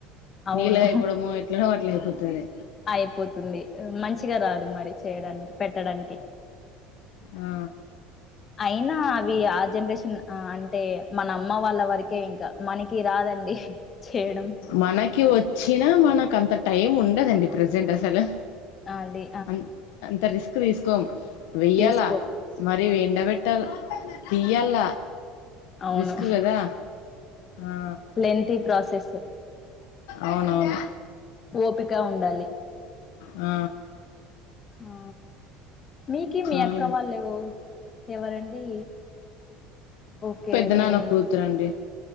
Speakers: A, on the left; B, on the left.
A: అవును.
B: నీళ్ళగా అయిపోవడము ఎట్లనో అట్ల అయిపోతుంది
A: అయిపోతుంది మంచిగా రాదు మరి చేయడానికి పెట్టడానికి
B: ఆ
A: అయినా అవి ఆ జనరేషన్ ఆ అంటే మన అమ్మ వాళ్ళ వరకే ఇంకా మనకి రాదండి చేయడం.
B: మనకి వచ్చినా మనకు అంత టైం ఉండదండి ప్రజెంట్ అసలు
A: ఆదే
B: అన్ అంత రిస్క్ తీసుకోం వెయ్యాలా
A: తీసుకోం.
B: మరి ఎండబెట్టాల తియ్యాల
A: అవును
B: రిస్క్ కదా ఆ
A: లెంతీ ప్రాసెస్
B: అవునవును
A: ఓపిక ఉండాలి
B: ఆ
A: ఆ మీకీ మీ
B: చాలు
A: అక్కవళ్ లేవ్ ఎవరండి ఓకే
B: పెద్దనాన్న
A: మీ
B: కూతురండి